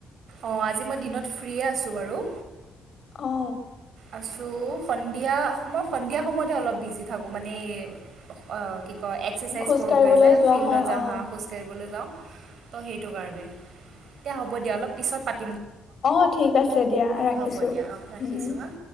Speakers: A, on the right; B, on the left.
A: অ আজি মই দিনত ফ্ৰী আছো বাৰু।
B: অ।
A: আছো সন্ধিয়া মই সন্ধিয়া সময়তহে অলপ বিজি থাকো মানে। অ কি কয় এক্সাৰচাইজ
B: খোজ
A: কৰোগৈ
B: কাঢ়িবলৈ
A: যে
B: যোৱা
A: ফিল্ডত
B: হয়
A: যাওঁ
B: অ
A: হা খোজ কাঢ়িবলৈ যাওঁ। সেইটো কাৰণে দিয়া হ'ব দিয়া অলপ পিছত পা।
B: অ ঠিক আছে দিয়া ৰাখিছো
A: হ'ব দিয়া অঁ ৰাখিছোঁ
B: উম।
A: হাঁ